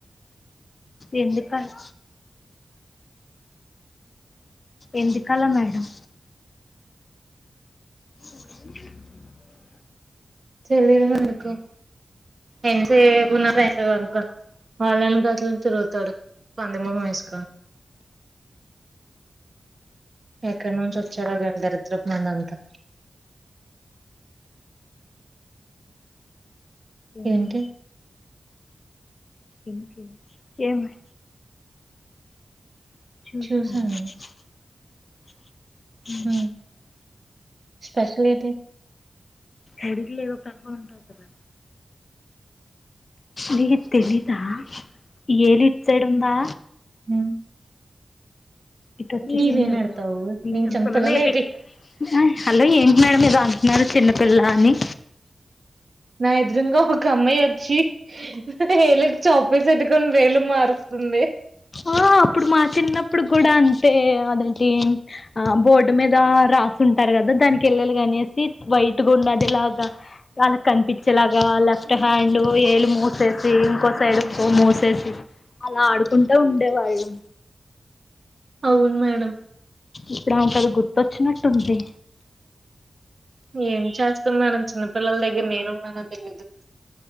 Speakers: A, on the left; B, on the right.
A: ఎందుక అలా ఎందుకలా మేడం <unintelligible>
B: తెలీదు అమ్మ నాకు ఎంతసేపు ఉన్న పైసలు కొను వాళ్ళవెనకాలే గిట్ల తిరుగుతాడు పంది ముఖం వేసుకోని, ఎక్కడ నుంచి వచ్చారో గాని దరిద్రపు మందంతా,
A: ఏంటీ
B: ఏంటి
A: ఎందుకే ఎంలే చూసావ
B: చూసాను
A: <unintelligible>
B: ఉమ్ స్పెషల్ ఎటి
A: ఎడిట్లో ఏదో కనుకొన్ని ఉంటవు కదా ఏ నీకు తెలిదా ఏలి ఇట్ సైడ్ ఉందా.
B: ఉమ్
A: ఇటు వచ్చేసే
B: నీవేం
A: ఆడుదాం
B: ఎడతావు
A: ని
B: నేను
A: చెంపలో
B: చిన్నపిల్లనే
A: ఏంది
B: ఏటి
A: ఆ హలో ఏంటి మేడం ఏదో అంటున్నారు చిన్నపిల్ల అని
B: నా ఇదురుంగా ఒక అమ్మాయి వచ్చి వేలుకి చాక్పీస్ అద్దుకొని వేలు మారుస్తుంది.
A: ఆ అప్పుడు మా చిన్నప్పుడు కూడా అంతే అదంటే ఆ బోర్డు మీద రాసుంటారు కదా దానికి వెలు కనేసి వైట్గా ఉన్నదిలాగా వాళ్ళ కనిపించేలాగా లెఫ్ట్ హ్యాండ్ ఏళు మూసేసి ఇంకో సైడ్ మూసేసి అలా ఆడుకుంటా ఉండేవాళ్ళు
B: అవును మేడం
A: ఇప్పుడు అమెకి అది గుర్తొచ్చినట్టు ఉంది.
B: ఏం చేస్తాం మేడం చిన్నపిల్లల దగ్గర నేను ఉన్నాన తెలిదు